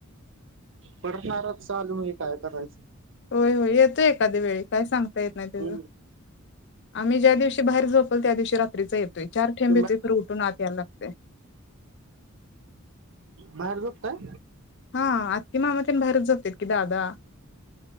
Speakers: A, on the right; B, on the left.
A: परत चालुये, काय करायच?
B: होय होय येतोय एखादी वेळ काय सांगता येत नई त्याच
A: हम्म
B: आम्ही ज्या दिवशी बाहेर झोपतो त्या दिवशी रात्रीच एक चार थेंब
A: तुम्ही
B: येतय परत उठून आत यायला लागतय
A: बाहेर झोपताय
B: हंम्म आत्या-मामा तुंम्ही बाहेरच झोपताय दादा